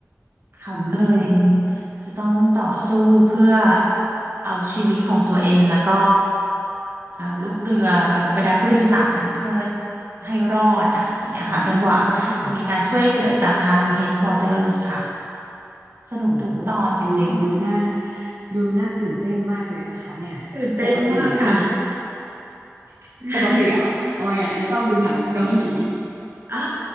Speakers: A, on the right; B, on the right.
A: เขาก็เลย
B: อืม
A: จะต้องต่อสู้เพื่อเอาชีวิตของตัวเองแล้วก็เอ่อลูกเรือบรรดาผู้โดยสารเพื่อให้รอดอ่ะอย่างเงี้ยค่ะจนกว่าจะมีการช่วยเหลือจากทาง
B: อืมค่ะ
A: headquarters ค่ะสนุกทุกตอนจริง
B: โอ้ดูดูหน้าดูหน้าตื่นเต้นมากเลยนะคะเนี่ยปกติอ่ะอัน
A: ๆตื่นเต้นมากค่ะ
B: <laughs>
A: <laughs>
B: ปกติอ่ะออยอ่ะจะชอบดูหนังเกาหลี
A: อ๋อ